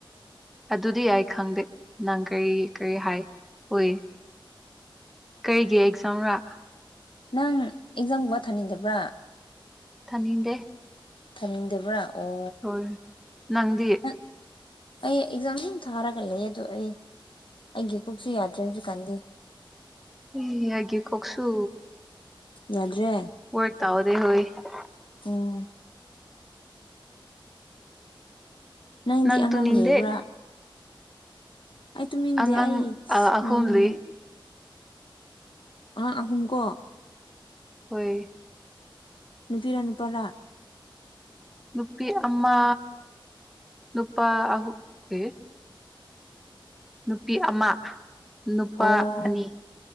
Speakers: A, in the centre; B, on the left.
A: ꯑꯗꯨꯗꯤ ꯑꯩ ꯈꯪꯗꯦ ꯅꯪ ꯀꯔꯤ ꯀꯔꯤ ꯍꯥꯏ ꯑꯣꯏ ꯀꯩꯒꯤ ꯑꯦꯛꯖꯥꯝꯔꯥ
B: ꯅꯪ ꯑꯦꯛꯖꯥꯝꯒꯨꯝꯕ ꯊꯥꯅꯤꯡꯗꯕ꯭ꯔꯥ
A: ꯊꯥꯅꯤꯡꯗꯦ
B: ꯊꯥꯅꯤꯡꯗꯕ꯭ꯔꯥ ꯑꯣ
A: ꯍꯣꯏ ꯅꯪꯗꯤ
B: ꯅꯪ ꯑꯩ ꯑꯦꯛꯖꯥꯝꯗꯨꯝ ꯊꯥꯔꯒ ꯂꯩꯌꯦ ꯑꯗꯨꯗ ꯑꯩ ꯑꯩꯒꯤ ꯀꯣꯛꯁꯦ ꯌꯥꯗ꯭ꯔꯦ ꯍꯧꯖꯤꯛꯀꯥꯟꯗꯤ
A: ꯑꯦ ꯑꯩꯒꯤ ꯀꯣꯛꯁꯨ
B: ꯌꯥꯗꯔꯦ
A: <unintelligible>
B: ꯑꯣ ꯅꯪꯗꯤ
A: ꯅꯪ
B: ꯑꯉꯥꯡ
A: ꯇꯨꯅꯤꯡꯗꯦ
B: ꯂꯩꯕ꯭ꯔꯥ ꯑꯩ ꯇꯨꯝꯅꯤꯡꯗꯦ
A: ꯑꯉꯥꯡ
B: ꯑꯩ
A: ꯑꯥ ꯑꯍꯨꯝ
B: ꯎꯝ
A: ꯂꯩ
B: ꯑꯉꯥꯡ ꯑꯍꯨꯝꯀꯣ
A: ꯍꯣꯏ
B: ꯅꯨꯄꯤꯔ ꯅꯨꯄꯥꯔꯥ
A: ꯅꯨꯄꯤ ꯑꯃ ꯅꯨꯄꯥ ꯑꯍꯨ ꯑꯦ ꯅꯨꯄꯤ ꯑꯃ ꯅꯨꯄꯥ
B: ꯑꯣ
A: ꯑꯅꯤ